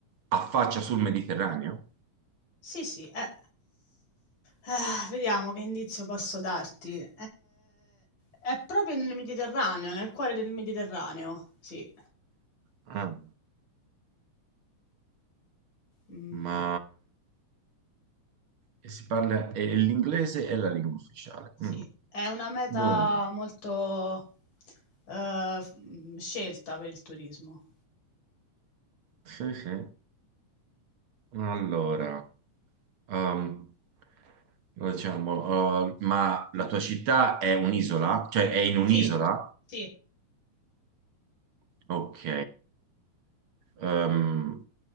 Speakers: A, on the right; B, on the left.
A: affaccia sul Mediterraneo?
B: sì, sì. eh. Eh, vediamo che indizio posso darti. Eh, è proprio nel Mediterraneo, nel cuore del Mediterraneo. Sì,
A: Ah,
B: Mm,
A: ma e si parla e l'inglese è la lingua ufficiale.
B: sì.
A: Mm.
B: È una meta
A: Dunque,
B: molto eh, f- mm, scelta per il turismo.
A: sì, sì. Allora, ehm, diciamo, eh, ma la tua città è un'isola? Cioè è in un'isola?
B: Sì, sì.
A: Ok. Ehm,